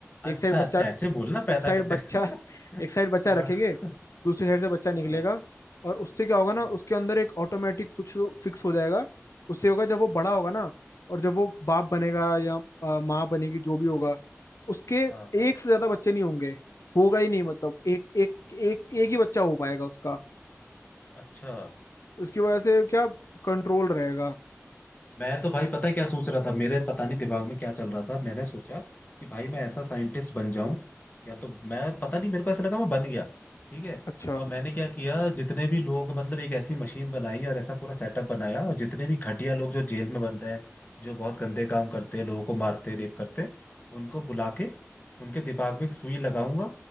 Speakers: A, on the left; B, on the left.
A: अच्छा
B: एक साइड बच्चा
A: अच्छा ऐसे बोलना
B: एक
A: पैदा
B: साइड
A: करने
B: बच्चा
A: <laughs>
B: एक साइड बच्चा
A: हाँ
B: रखेंगे
A: हाँ
B: दूसरी साइड से बच्चा निकलेगा
A: हाँ
B: और उससे क्या होगा ना
A: हम्म,
B: उसके अंदर एक ऑटोमेटिक कुछ फिक्स हो जाएगा उससे होगा जब वो बड़ा होगा ना और जब वो बाप बनेगा या अ, माँ बनेगी जो भी होगा उसके
A: हाँ, हाँ,
B: एक से ज्यादा बच्चे नहीं होंगे होगा ही नहीं मतलब एक एक एक एक ही बच्चा हो पाएगा उसका
A: अच्छा
B: उसकी वजह से क्या कंट्रोल रहेगा
A: मैं तो भाई पता है क्या सोच रहा था मेरे पता नहीं दिमाग में क्या चल रहा था मैंने सोचा कि भाई मैं ऐसा साइंटिस्ट बन जाऊं या तो मैं पता नहीं मेरे को ऐसा लगा मैं बन गया ठीक है
B: अच्छा
A: और मैंने क्या किया जितने भी लोग मतलब एक ऐसी मशीन बनाई और ऐसा पूरा सेटअप बनाया और जितने भी घटिया लोग जो जेल में बंद हैं जो बहुत गंदे काम करते हैं लोगों को मारते रेप करते हैं, उनको बुला के उनके दिमाग में एक सुई लगाऊंगा